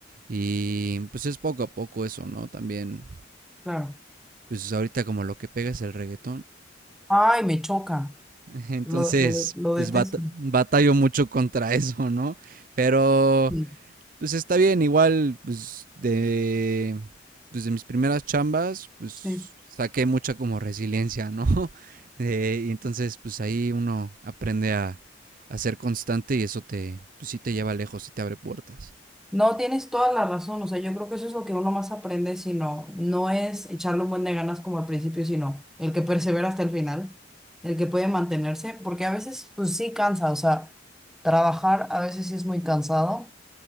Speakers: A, on the right (about 45°); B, in the centre.
A: y pues es poco a poco eso, ¿no? También,
B: claro.
A: pues ahorita como lo que pega es el reggaetón,
B: Ay, me choca.
A: <laughs> entonces,
B: Lo, lo, de- lo
A: pues
B: detesto.
A: bat- batallo mucho contra eso, ¿no? Pero
B: Sí,
A: Pues está bien, igual, pues de, pues, de mis primeras chambas, pues
B: sí.
A: saqué mucha como resiliencia, ¿no? <laughs> Eh, y entonces, pues ahí uno aprende a, a ser constante y eso te, pues, sí te lleva lejos sí te abre puertas.
B: No, tienes toda la razón, o sea, yo creo que eso es lo que uno más aprende, sino no es echarle un buen de ganas como al principio, sino el que persevera hasta el final, el que puede mantenerse, porque a veces pues sí cansa, o sea, trabajar a veces sí es muy cansado,